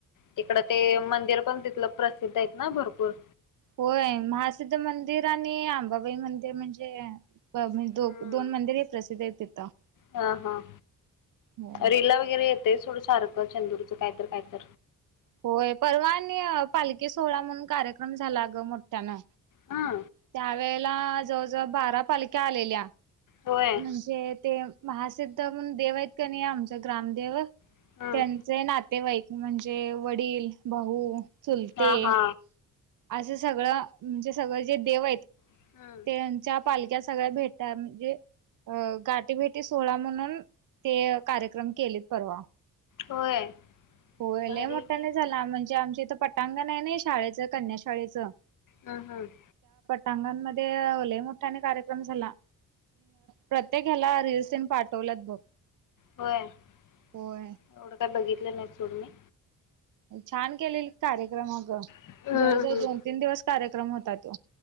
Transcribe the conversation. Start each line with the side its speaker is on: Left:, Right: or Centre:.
Left: तिकडं ते मंदिर पण तिथलं प्रसिद्ध आहे ना भरपूर
Right: होय महासिद्ध मंदिर आणि अंबाबाई मंदिर म्हणजे म्हणे
Left: हम्म
Right: दो दोन मंदिर हे प्रसिद्ध आहेत तिथं
Left: हा हा
Right: हो
Left: रिला वगैरे येतय थोडं सार चंदूरचं कायत कायत
Right: होय परवा आणि पालखी सोहळा म्हणून कार्यक्रम झाला अगं मोठ्यानं
Left: हा
Right: त्यावेेळेला जवळ जवळ बारा पालख्या आलेल्या
Left: होय
Right: म्हणजे ते महासिद्ध म्हण देव आहेत का नाही आमचा ग्रामदेव
Left: हम्म.
Right: त्यांचे नात तेवाईक म्हणजे वडील भाऊ चुलते
Left: हा हा
Right: असं सगळं म्हणजे सगळं जे देव आहेत
Left: हम्म.
Right: त्यांच्या पालक्या सगळ्या भेटत म्हणजे अं गाठीीभेटी सोहळा म्हणून ते कार्यक्रम केलेत परवा
Left: होय
Right: होयला
Left: भारी
Right: मोठा
Left: आहे की
Right: नाही झाला म्हणजे आमच्या त पटांगण आहे ना शाळेचं कन्या शाळेचं
Left: हां हां.
Right: <unintelligible> लय मोठ्याने कार्यक्रम झाला प्रत्येक याला रिल्स तिनं पाठवल्यात बघ.
Left: होय एवढं
Right: होय
Left: काय बघितलं नाही. <unintelligible> मी
Right: छान केलेली कार्यक्रम आग
Left: हम्म,
Right: जवळ जवळ
Left: हम्म.
Right: दोन तीन दिवस कार्यक्रम होता त्यो.